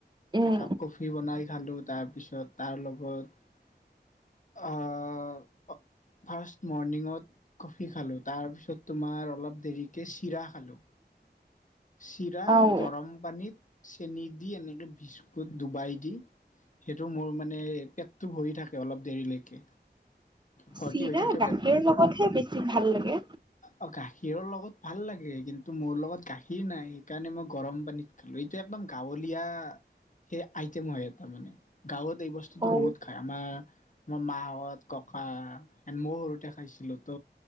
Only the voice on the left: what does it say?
একাপ কফি বনাই খালো। তাৰপিছত তাৰ লগত আহ্ ফাষ্ট মৰ্ণিঙত কফি খালোঁ। তাৰপিছত তোমাৰ অলপ দেৰিকে চিৰা খালো। চিৰা
গৰম পানীত চেনি দি এনেকৈ বিজ ডুবাই দি সেইটো মোৰ মানে পেটতটো ভৰি থাকে অলপ দেৰিলৈকে। ভৰ্তি
হৈ থাকে
পেতটো
অ গাখীৰৰ লগত ভাল লাগে কিন্তু মোৰ লগত গাখীৰ নাই, সেইকাৰণে মই গৰম পানীত খালো এতিয়া একদম গাঁৱলীয়া। সেই আইটেম তাৰ মানে গাঁৱত। এই বস্তুতো
বহুত খাই। আমাৰ আমাৰ মাহত, ককা এন মই সৰুতে খাইছিলো ত